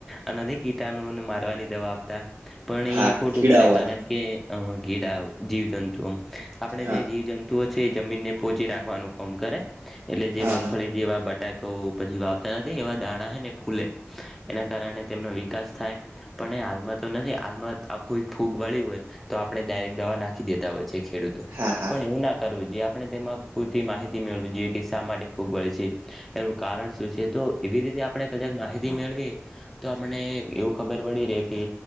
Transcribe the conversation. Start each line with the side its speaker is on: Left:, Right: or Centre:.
Centre: અનધિક કીટાણુને મારવાની દવા પણ
Right: હા
Centre: એ ખોટું
Right: કીડાઓને
Centre: પડે કારણ કે કીડા જીવ જંતુઓ આપણે
Right: હા
Centre: જે જીવ જંતુઓ છે એ જમીનને પોહોંચી રાખવાનું કામ કરે એટલે જે
Right: હા
Centre: મગફળી
Right: હા
Centre: જેવા બટાકા પછી વાવતા નથી એવા દાણા હ ને ફૂલે એના કારણે તેમનો વિકાસ થાય પણ એ હાલમાં તો નથી હાલમાં આ કોઈ ફૂગ વળી હોય તો આપણે ડાયરેક્ટ દવા નાખી દેતા હોય છે ખેડૂતો
Right: હા હા
Centre: પણ એવું નાખ જો આપણે તેમાં પૂરતી માહિતી મેળવી જોઈએ કે શા માટે ફૂગ વળે છે એનું કારણ છે તો એવી રીતે આપણે કદાક માહિતી મેળવી તો આપને એવું ખબર પડી રહેે કે